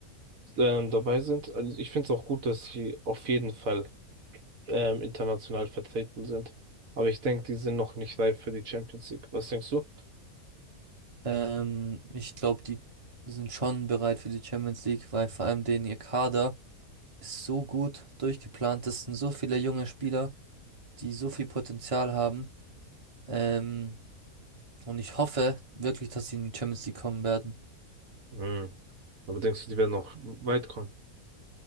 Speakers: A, on the right (about 65°); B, on the right (about 25°).
A: ähm, dabei sind. Also ich finde es auch gut, dass sie auf jeden Fall ähm, international vertreten sind. Aber ich denke, die sind noch nicht reif für die Champions League. Was denkst du?
B: Ähm, ich glaube, die sind schon bereit für die Champions League, weil vor allem denen ihr Kader ist so gut durchgeplant. Das sind so viele junge Spieler. die so viel Potenzial haben. Ähm, und ich hoffe wirklich, dass sie in die Champions League kommen werden.
A: Hm. Aber denkst du, die werden noch weit kommen?